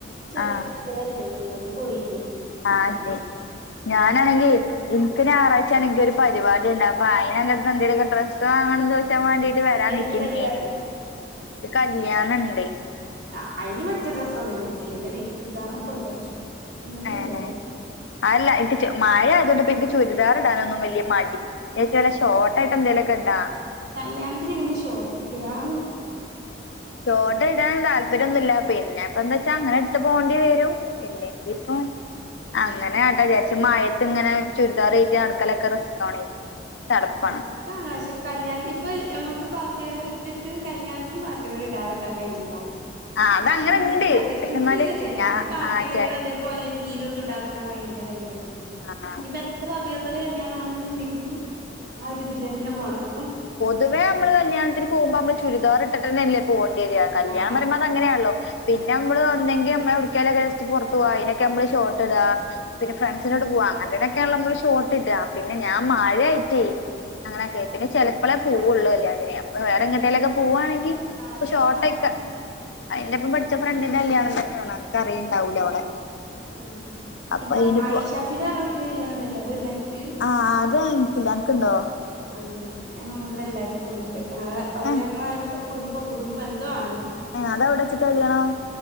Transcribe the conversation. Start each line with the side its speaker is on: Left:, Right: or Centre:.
Right: ചെറിയ
Left: ആഹ്
Right: അനിയത്തിം വടെ ഇല്ലേനി. ഓല് പോയീനി.
Left: ആഹ് <unintelligible> ഞാനാണെങ്കി ഇൻക്ക് ഞായറാഴ്ചാണങ്കി ഒരു പരിപാടി ണ്ട്. അപ്പം അയിനൻ്റെ ട്ത്ത് ന്ന് എന്തങ്കിലൊക്കെ ഡ്രസ്സ് വാങ്ങണം ന്ന് വ ച്ചാൻ വാണ്ടീട്ട് വരാൻ
Right: എന്ത്
Left: നിക്കന്നീനി.
Right: പരിപാടി
Left: ഇൻക്ക് കല്യാണണ്ട്
Right: ആഹ് അയ്ന് പറ്റിയ ഡ്രസ്സൊന്നും ഇൻ്റട്ത്തില്ല. ഇൻ്റെ നീല ചുരിദാറും കൊണ്ടച്ചു ഇനി ഒന്നുമില്ല
Left: ഏഹ്
Right: ഇവിടെ
Left: അ അല്ല ഇത് റ്റ് മഴ ആയതോണ്ട് ഇപ്പിൻക്ക് ചുരിദാർ ഇടാനൊന്നും വലിയ മടി. <unintelligible> ഷോർട്ടായിട്ട് എന്തേലൊക്കെ ടാ
Right: കല്യാൺത്തിന് എങ്ങനെ ഷോട്ടിടാ
Left: ഷോട്ട് ഇടാൻ താല്പര്യൊന്നുല്ല പിന്നെപ്പ ന്താ ച്ചാ അങ്ങനെ ഇട്ട് പോണ്ടി വരും. ഇല്ലെങ്കി ഇപ്പൊ അങ്ങനെ കാട്ടാ വിചാര്ച്ച്. മഴത്ത് ഇങ്ങനെ ചുരിദാറേറ്റ് നടക്കലൊക്കെ റിസ്കാണേ ചടപ്പാണ്
Right: റിസ് കാണ്. പക്ഷെ കല്യാൺ ഇപ്പൊ നമ്മക്ക് പാർട്ടി വെയർ ഇട്ടിട്ട് കല്യാൺത്തിന് പാർട്ടി വെയർ ഇടാതക്കാൻ കഴിയൂല
Left: ആഹ് അതങ്ങനെ
Right: ഇൻക്ക്
Left: ഇണ്ട്
Right: ഇത്
Left: പക്ഷെ
Right: ഇൻക്കൊരു
Left: എന്നാല്
Right: കെത്യേടാ
Left: ഞാ
Right: ഇൻക്ക് പാർട്ടി
Left: ആ
Right: വെയർ
Left: ചെ
Right: അതേ പോലെ ഹീലൊന്നും ഇടാതക്കാൻ കയ്യൂല കല്യാൺത്തിന്.
Left: ആഹ്
Right: ഇനിപ്പെ ത്ര അറിയാത്തോലെ കല്യാണാണെന്നുണ്ടെങ്കിലും ആ ഒരുതിലന്നെ പോണം
Left: തുവേ നമ്മള് കല്യാണത്തിന് പോകുമ്പം നമ്മള് ചുരിദാർ ഇട്ടിട്ട്ന്നെല്ലേ പോണ്ട്യത്. കല്യാണം
Right: ആ
Left: പറിമ്പോ അതങ്ങനെയാണല്ലോ പിന്നെ നമ്മള് ഒന്നെങ്കി നമ്മള് യൊട്ക്കേലൊക്കെ ജസ്റ്റ് പുറത്ത് പോവാ അയ്നൊക്കെ നമ്മള് ഷോട്ട് ഇടാ പിന്നെ ഫ്രണ്ട്സിനോട് പോവാ. അങ്ങൻതേനൊക്കേണല്ലോ നമ്മള് ഷോട്ട് ഇടാ പിന്നെ ഞാൻ മഴയായി റ്റേ, അങ്ങനെയൊക്കെ പിന്നെ ചെലപ്പളേ പോവൊള്ളൂ കല്യാണത്തിന് അപ്പൊ വേറെ എങ്ങട്ടേലൊക്കെ പോവാണെങ്കി
Right: ആരാ
Left: ഇപ്പൊ ഷോർട്ടക്ക,
Right: കല്യാണം
Left: അയിന്റെപ്പം പഠിച്ച ഫ്രണ്ടിന്റെ കല്യാണം തന്നെണ് അൻക്ക് അറിണ്ടാവൂല ഓളെ
Right: ഉം. പിന്നെ
Left: അപ്പൊ അയിന്
Right: ആയിഷാ
Left: പോ
Right: ഫിദ ന്ന് പറഞ്ഞ കുട്ടിൻ്റെ കല്യാണം ണ്ടല്ലോ അത്ണ്ടോ അൻക്ക്
Left: ആഹ് അത് എൻക്കില്ല അനക്ക്ണ്ടോ
Right: ആഹ്. അത് ഞങ്ങളെവടെ എല്ലാർക്കുണ്ട്. ഞങ്ങളെ അവര്
Left: ഏഹ്
Right: ഞങ്ങളെ ആരോ കുടുംബം കുടുംബം എന്തോ ആണ്
Left: ഏഹ് അതെവിടെച്ചിട്ടാ കല്യാണം?